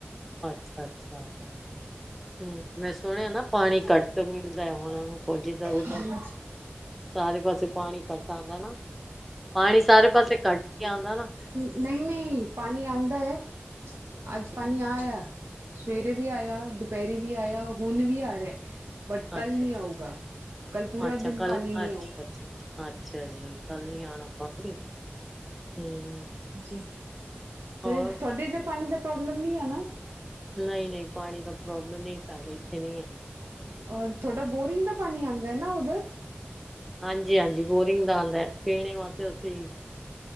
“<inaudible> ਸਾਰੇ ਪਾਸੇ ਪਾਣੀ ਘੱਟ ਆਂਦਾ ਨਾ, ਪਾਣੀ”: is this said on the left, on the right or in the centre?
Centre